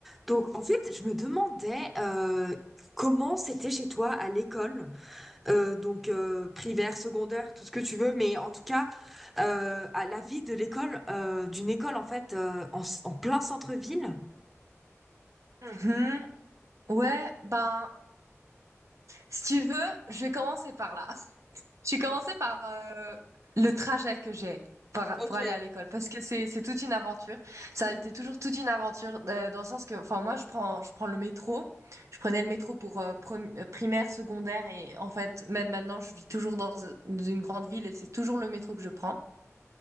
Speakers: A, in the centre; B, on the right.
A: Donc, en fait, je me demandais euh, comment c'était chez toi à l'école, euh, donc euh, primaire, secondaire, tout ce que tu veux, mais en tout cas, euh, à la vie de l'école, euh, d'une école en fait euh, en, s- en plein centre-ville.
B: Mhm. Ouais, ben, si tu veux, je vais commencer par là. Je vais commencer par euh, le trajet que j'ai par-
A: Ok,
B: pour aller à l'école, parce que c'est c'est toute une aventure. Ça a été toujours toute une aventure euh, dans le sens que, enfin, moi, je prends je prends le métro. Je prenais le métro pour euh, prom- euh, primaire, secondaire, et en fait, même maintenant, je vis toujours dans une grande ville et c'est toujours le métro que je prends.